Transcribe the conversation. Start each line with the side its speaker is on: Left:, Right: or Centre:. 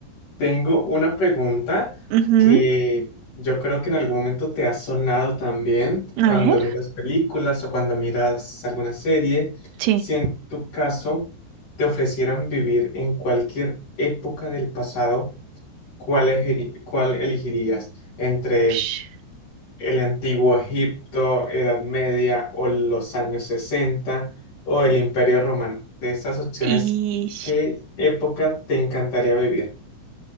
Left: Tengo una pregunta
Right: Ujú.
Left: que yo creo que en algún momento te ha sonado también
Right: A
Left: cuando
Right: ver.
Left: miras películas o cuando miras alguna serie.
Right: Sí.
Left: Si en tu caso te ofrecieran vivir en cualquier época del pasado, ¿cuál elegiri- cuál elegirías? ¿Entre
Right: Ush.
Left: el antiguo Egipto, Edad Media o los años 60 o el Imperio Romano? De esas opciones,
Right: Y
Left: ¿qué época te encantaría vivir?